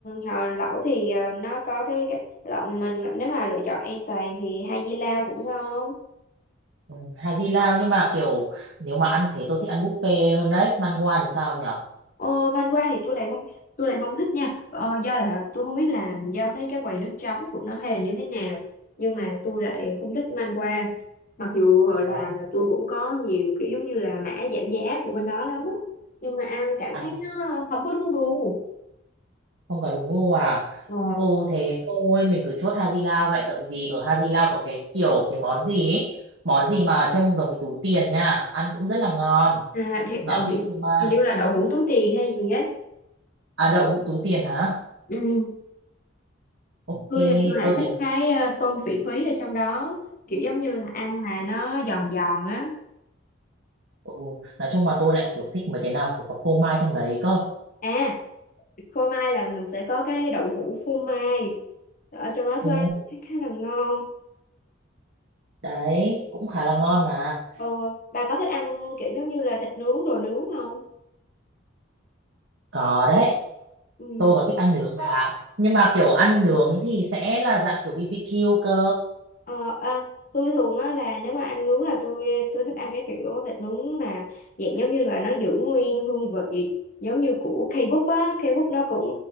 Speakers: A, on the left; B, on the right.
A: hồi lẩu thì ờ, nó có cái, cái lẩu mình nếu mà lựa chọn an toàn thì hai di lao cũng ngon
B: ừ. Hà Di Lao nhưng mà kiểu nếu mà ăn thế tôi thích ăn buffet hơn đấy Man Wan thì sao nhở
A: Ờ, văn qua thì tôi lại không tôi lại không thích nha ờ, do là tôi không biết là do cái cái quầy nước chấm của nó hay là như thế nào nhưng mà tôi lại không thích man qua mặc dù là
B: thế á.
A: tôi cũng có nhiều kiểu giống như là mã giảm giá của bên đó lắm á nhưng mà ăn cảm
B: à
A: giác
B: thế
A: nó không có đúng gu
B: không có đúng gu à
A: ờ,
B: ồ thế thôi mình cứ chốt Hà Di Lao vậy tại vì ở Hà Di Lao có cái kiểu cái món gì ấy món gì mà trông giống cái túi tiền nha ăn cũng rất là ngon
A: à, thì
B: nó
A: đậu hũ
B: vị phô mai
A: hình như là đậu hũ túi tiền hay gì á
B: À đậu hũ túi tiền hả?
A: ừ.
B: Ok,
A: tôi tôi lại
B: tôi
A: thích
B: thấy
A: cái ờ, tôm phỉ thúy ở trong đó kiểu giống như là ăn mà nó giòn giòn á
B: ừ, nói chung mà tôi lại kiểu thích mấy cái nào phải có phô mai trong đấy cơ.
A: à phô mai là mình sẽ có cái đậu hũ phô mai ở trong đó
B: Ừ,
A: thuê khá khá là ngon
B: đấy, cũng khá là ngon mà.
A: ờ, bà có thích ăn kiểu giống như là thịt nướng đồ nướng không
B: Có đấy,
A: ừ.
B: tôi còn thích ăn nướng bà. ạ. Nhưng mà kiểu ăn nướng thì sẽ là dạng kiểu BBQ cơ.
A: ờ, à, tôi thường á là nếu mà ăn nướng là tôi tôi thích ăn cái kiểu thịt nướng mà dạng giống như là nó giữ nguyên hương vị giống như của K-pop á K-pop nó cũng